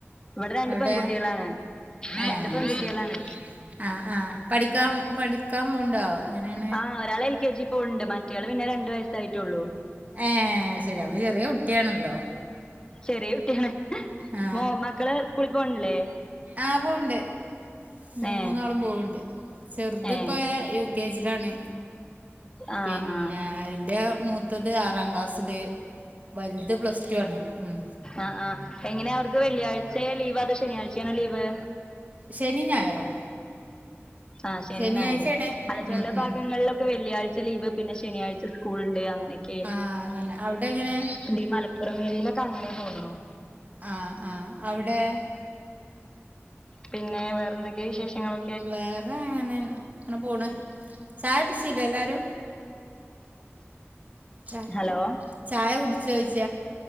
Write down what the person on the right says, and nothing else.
അവിടെ
ഏഹ്
ശരി ആഹ് ആഹ് പഠിക്കാം പഠിക്കാം പോവ്ണ്ടോ എങ്ങനെ
ഏ അഹ്ശരി അപ്പചെറീ കുട്ടിയാണല്ലോ
ആ
ആ പോവ്ണ്ട് മേ
മൂന്നാളും പോവ്ണ്ട് ചെറുത്പ്പോ
യു കെ ജിലാണ്
പിന്നെ
അയിന്റെ മൂത്തത് ആറാം ക്ലാസ്സില് വല്ത് പ്ലസ് ടു ആണ് ഉ
ശനിം ഞായറും
ശനിയാഴ്ചേടെ
ഉം ഉം
ആഹ് അതന്നെ അവിടെ എങ്ങനെ
ആഹ് ആഹ് അവിടെ
വേറെ എങ്ങനെ അങ്ങനെ പോണ് ചായ കുട് ച്ചീലെഎല്ലാരും ച
ചായ കുടിച്ചോയ്ച്ച